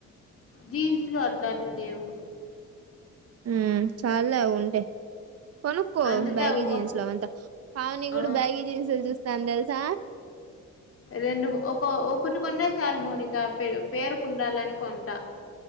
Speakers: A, on the left (about 45°); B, on the right (about 55°).
A: జీన్స్లు అట్లాంటివి లేవు.
B: ఉ చల్లే అవి ఉంటే కొనుక్కో
A: అందుకే
B: బ్యాగీ
A: అవుకో
B: జీన్స్ లో అంతా పావని
A: ఆ
B: కూడా బ్యాగీ జీన్స్ చూస్తా తెలు త
A: రెండు ఒక ఒకటి కొన్నా చాలు మోనిక పే పేరుకుండాలని కొంట